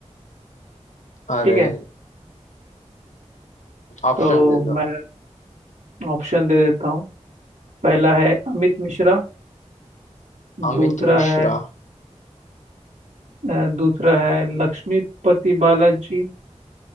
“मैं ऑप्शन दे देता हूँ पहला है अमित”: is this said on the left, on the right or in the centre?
Right